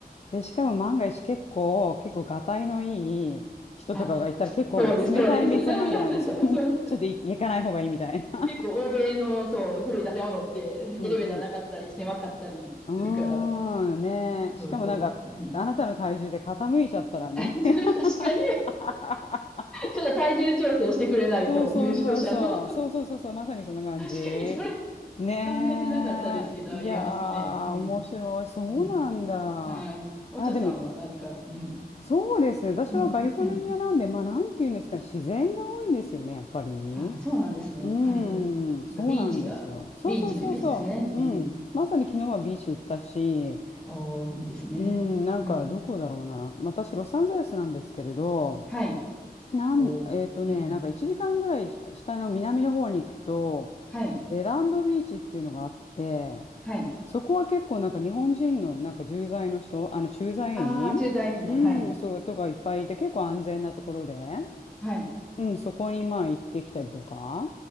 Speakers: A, on the left (about 40°); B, in the centre.
A: で、しかも万が一結構、結構がたいのいい人とかがいたら結構冷たい目線なんじゃないですか。
B: あ、そうです、そうです。<laughs> そうそう。
A: <laughs> みんな、ちょっとい行かない方がいいみたいな。
B: 結構欧米の、そう、古い建物って、
A: <laughs> うんうん。
B: エレベーターなかったり、狭かったりするから、
A: うーん、ねえ。
B: そうそう。
A: しかもなんか、
B: うん、
A: あなたの体重で傾いちゃったら、
B: <laughs>
A: みたいな。
B: 確
A: なんか
B: かに、ちょっと体重調整してくれないと、
A: そうそうそうそう。
B: 入場者の。<laughs>
A: そうそうそうそう。まさにそんな感じ。
B: 確かに、それ。
A: ねえ。
B: 考えてなかったですけど、
A: いや
B: ありえますね。うん。
A: ー、面白い。そうなんだ。
B: うん。はい。おちょさんは何か、
A: あ、でも、
B: うん。
A: そうですね。私はカリフォルニアなんで、
B: うん。うん。
A: まあ、なんていうんですかね、自然が多いんですよね、やっぱりね。
B: あ、そうなんですね。
A: うーん、
B: カリフォルニア。
A: そうなんですよ。
B: なんかビーチが、
A: そうそうそうそう。
B: ビーチのイメージですね。うん。
A: うん、まさに昨日はビーチ行ったし、
B: おー、いいですね。
A: うん、なんかどこだろうな。
B: うん。
A: 私、ロサンゼルスなんですけれど、
B: はい。
A: なん、
B: おー。
A: えっとね、
B: うん。
A: なんか1時間ぐらいし下の南の方に行くと、
B: はい。
A: レランドビーチっていうのがあって、
B: はい。
A: そこは結構なんか日本人のなんか駐在の人、あの駐在員、
B: ああ駐在員の。
A: うん、
B: はい。
A: そうとかいっぱいいて結構安全なところで、
B: はい。
A: うん、そこにまあ行ってきたりとか、